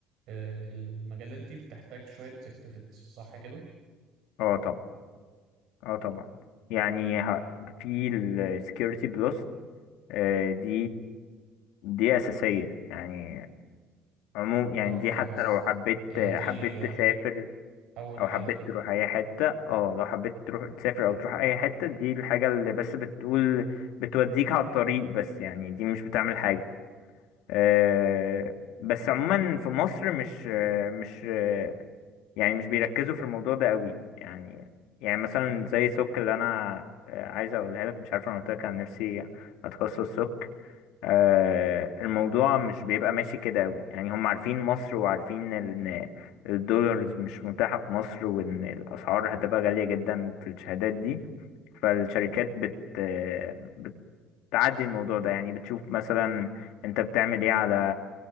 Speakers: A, on the right (about 55°); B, on the left (about 75°).
A: آه، المجالات دي بتحتاج شويه سيرتيفيكتس صح كده
B: اه طبعا اه طبعا يعني ه- في السكيورتي بلس دي دي اساسية يعني عموم يعني
A: اه فاهم
B: دي حتى
A: قصدك
B: لو حبيت
A: يعني دي
B: حبيت
A: آه،
B: تسافر
A: اول
B: او
A: حاجه
B: حبيت تروح اي حتة اه لو حبيت تروح تسافر او تروح اي حتة دي الحاجة اللي بس بتقول بتوديك على الطريق بس يعني دي مش بتعمل حاجة أه بس عموما في مصر مش آه، مش آه، يعني مش بيركزوا في الموضوع ده قوي يعني يعني مثلا زي سوك اللي انا آه، عايز اقولها لك مش عارف انا قلت لك عن نفسي اتخصص سوك آه، الموضوع مش بيبقى ماشي كده قوي يعني هم عارفين مصر وعارفين ان الدولارز مش متاحة في مصر وان الاسعار هتبقى غالية جدا في الشهادات دي فالشركات بت آه، بتعدي الموضوع ده يعني بتشوف مثلا انت بتعمل ايه على